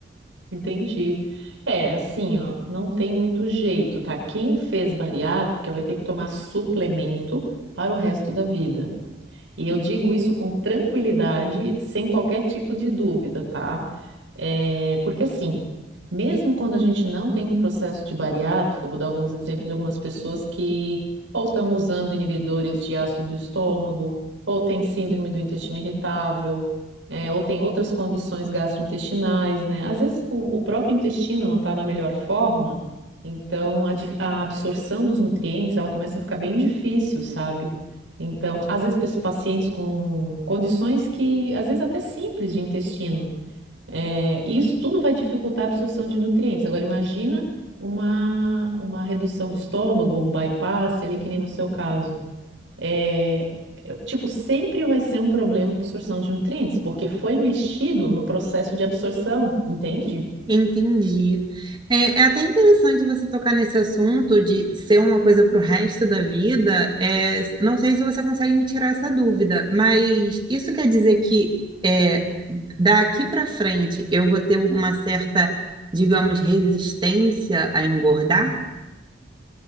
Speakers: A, on the right; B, on the right.
A: Entendi. É, assim, ó, não tem muito jeito, tá? Quem fez bariátrica vai ter que tomar suplemento para o resto da vida. E eu digo isso com tranquilidade, sem qualquer tipo de dúvida, tá? É, porque assim, mesmo quando a gente não tem um processo de bariátrica, eu vou dar alguns exemplos de algumas pessoas que ou estão usando inibidores de ácido do estômago, ou tem síndrome do intestino irritável, é, ou tem outras condições gastrointestinais, né? Às vezes o, o próprio intestino não está na melhor forma, então a, dif- a absorção dos nutrientes ela começa a ficar bem difícil, sabe? Então, às vezes, pe- pacientes com condições que, às vezes, até simples de intestino. É, e isso tudo vai dificultar a absorção de nutrientes. Agora, imagina uma, uma redução de estômago, ou um bypass, ali que nem no seu caso. É, é, tipo, sempre vai ser um problema a absorção de nutrientes, porque foi mexido no processo de absorção, entende?
B: Entendi. É, é até interessante você tocar nesse assunto de ser uma coisa para o resto da vida. É, não sei se você consegue me tirar essa dúvida, mas isso quer dizer que é, daqui para frente eu vou ter uma certa, digamos, resistência a engordar?